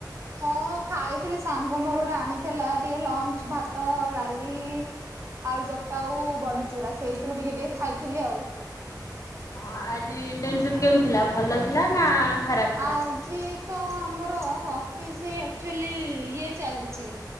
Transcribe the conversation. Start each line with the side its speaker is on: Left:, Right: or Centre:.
Right: ହଁ ଖାଇଥିଲି ସାଙ୍ଗ ମୋର ଗୋଟେ ଆଣିି ଥିଲା ଟିକେ ଲଞ୍ଚ ଭାତ ଆଉ ଡାଲି ଆଳୁ ଚକଟା ଆଉ ବଡିଚୁରା ସେଇଥିରୁ ଟିକେ ଟିକେ ଖାଇଥିଲି ଆଉ।
Left: ହଁ ଆଜି ଇଣ୍ଟର୍ନସିପ୍ କେମିତି ଥିଲା? ଭଲ ଥିଲା ନା ଖରାପ ଥିଲା?
Right: ଆଜି ତ ଆମର ଅଫିସି ଆକ୍ଚୁଲି ଇଏ ଚାଲିଚି।